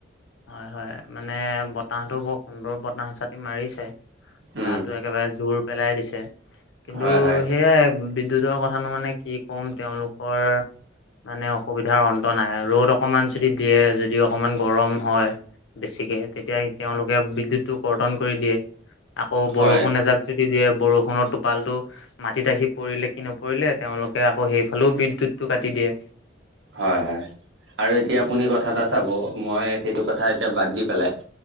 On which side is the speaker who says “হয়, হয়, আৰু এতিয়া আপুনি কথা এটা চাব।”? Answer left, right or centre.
Right